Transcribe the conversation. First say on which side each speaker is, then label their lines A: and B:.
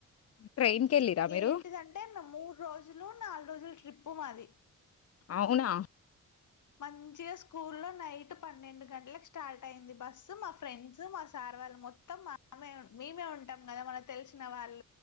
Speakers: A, on the left; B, on the left.
A: ట్రైన్‌కెళ్ళిర్రా మీరు?
B: ఏంటిదంటే నా మూ రోజులు నాలుగు రోజులు ట్రిప్పు మాది
A: అవునా
B: మంచిగా స్కూల్లో నైట్ పన్నెండు గంటలకు స్టార్ట్ అయింది బస్సు మా ఫ్రెండ్స్ మా సార్ సార్ వాళ్ళు మొత్తం మానమే మేమే ఉంటాం గదా మన తెల్సిన వాళ్